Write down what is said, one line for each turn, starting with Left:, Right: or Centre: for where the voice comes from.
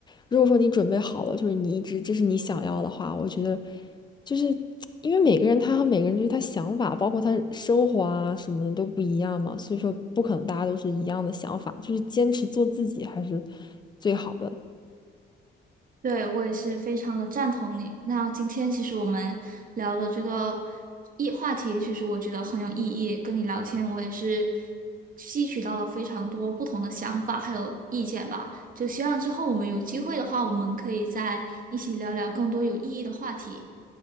Left: 如果说你准备好了，就是你一直这是你想要的话，我觉得。就是因为每个人他和每个人就是他想法，包括他生活啊什么的都不一样嘛，所以说不可能大家都是一样的想法，就是坚持做自己还是最好的。
Right: 对，我也是非常的赞同你。那今天其实我们聊了这个议话题，其实我觉得很有意义。跟你聊天，我也是吸取到了非常多不同的想法还有意见吧。就希望之后我们有机会的话，我们可以再一起聊聊更多有意义的话题。